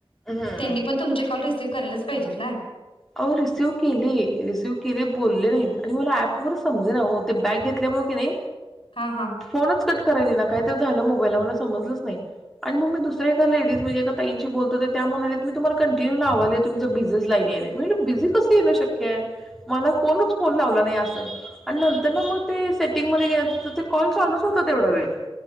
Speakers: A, in the centre; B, on the left (about 65°).
A: हम्म
B: त्यांनी पण तुमचे कॉल रिसिव करायलच पाहिजेत ना.
A: अहो रिसिव्ह केले रिसिव्ह केले बोलले नाहीत आणि मला ऍप वर समजे ना हो ते बॅक घेतल्यामुळे की नाही
B: हा हा
A: फोनच कट करायला येईना काय तर झालं मोबाईलला मला समजलंच नाही आणि मग मी दुसर्‍या एका लेडीज म्हणजे एका ताईंशी बोलत होते त्या म्हणाल्यात मी तुम्हाला कंटिन्यू लावायले तुमचं बिझीच लाईन यायलाय. म्हणलं बिझी कसं येणं शक्य हाय मला कोणच फोन लावला नाही असं आणि नंतर ना मग ते सेटिंग मध्येे गेलं ते कॉल चालूच होता तेवढा वेळ.